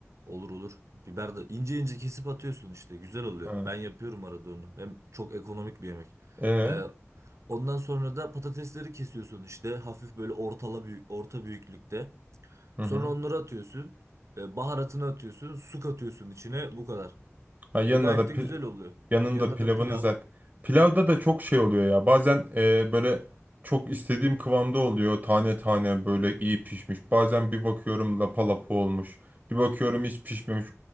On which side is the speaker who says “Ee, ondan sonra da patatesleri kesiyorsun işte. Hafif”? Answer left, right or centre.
Right